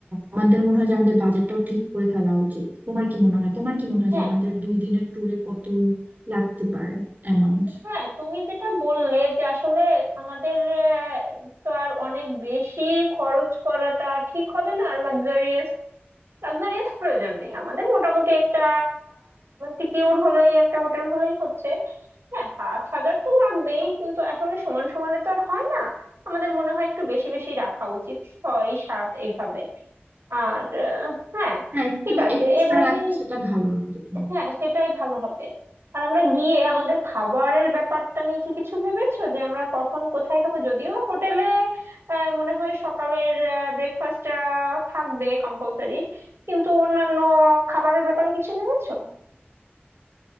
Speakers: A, on the right; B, on the right.
A: আমাদের মনে হয় যে আমাদের বাজেটটাও ঠিক করে ফেলা উচিত তোমার কি মনে হয় তোমার কি মনে হয়
B: হ্যাঁ
A: যে আমাদের দুই দিনের ট্যুরে কত লাগতে পারে অ্যামাউন্ট
B: হ্যাঁ তুমি যেটা বললে যে আসলে আমাদের আহ, তো আর অনেক বেশি খরচ করাটা ঠিক হবে না লাক্সারিয়াস লাক্সারিয়াস প্রয়োজন নেই আমাদের মোটামুটি একটা সিকিউর হলেই একটা হোটেল হলেই হচ্ছে হ্যাঁ পাঁচ হাজার তো লাগবেই কিন্তু আসলে সমান সমানে তো আর হয় না আমাদের মনে হয় একটু বেশি বেশি রাখা উচিত ছয় সাত এইভাবে আর আহ, হ্যাঁ
A: হ্যাঁ একটু
B: ঠিক আছে
A: এক্সট্রা
B: এভাবেই
A: রাখলে সেটা ভালো আমাদের জন্য
B: হ্যাঁ সেটাই ভালো হবে আর আমরা গিয়ে আমাদের খাবারের ব্যাপারটা নিয়ে কি কিছু ভেবেছো যে আমরা কখন কোথায় খাবো যদিও হোটেলে মনে হয় সকালের ব্রেকফাস্টটা থাকবে কম্পালসারি কিন্তু অন্যান্য খাবারের ব্যাপারে কিছু ভেবেছো